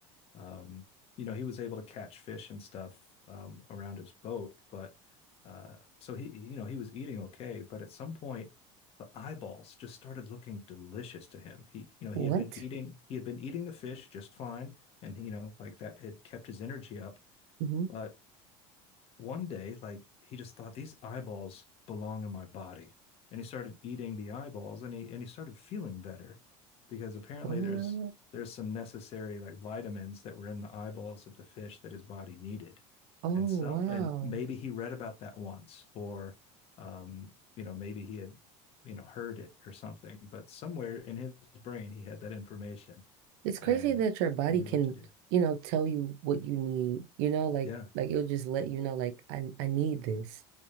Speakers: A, on the left (about 45°); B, on the right (about 70°).
A: um, you know, he was able to catch fish and stuff um, around his boat, but uh, so he, you know, he was eating okay. But at some point, the eyeballs just started looking delicious to him. He, you know,
B: What?
A: he had been eating, he had been eating the fish just fine, and you know, like that had kept his energy up.
B: hmm
A: But one day, like he just thought these eyeballs belong in my body. And he started eating the eyeballs and he and he started feeling better because apparently
B: What?
A: there's there's some necessary like vitamins that were in the eyeballs of the fish that his body needed.
B: Oh,
A: And some
B: wow.
A: and maybe he read about that once or um, you know, maybe he had, you know, heard it or something, but somewhere in his brain he had that information
B: It's crazy
A: and
B: that your body
A: he knew
B: can,
A: what to do.
B: you know, tell you what you need, you know, like
A: Yeah.
B: like it'll just let you know like I I need this.